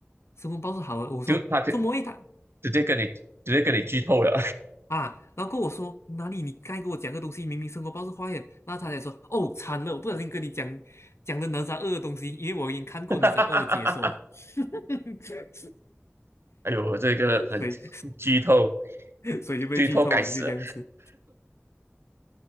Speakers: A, on the left; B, on the right.
A: 申公豹是好的。我说这么？
B: 就他就
A: 一他
B: 直接跟你直接跟你剧透了，
A: 啊，然后跟我说哪里你该给我讲个东西，明明生活报是坏的，然后他才说哦惨了，我不小心跟你讲讲了哪吒二的东西，因为我已经看过哪吒二的解说，
B: <laughs>
A: <laughs> 所以
B: 哎呦，我这个很
A: 所以
B: 剧透，
A: <laughs> 所以就被剧透了，
B: 剧透该死啊。
A: 就这样子。